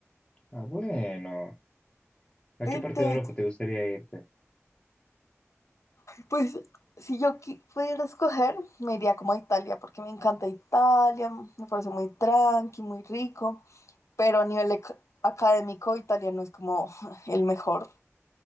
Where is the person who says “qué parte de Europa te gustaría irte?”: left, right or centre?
Left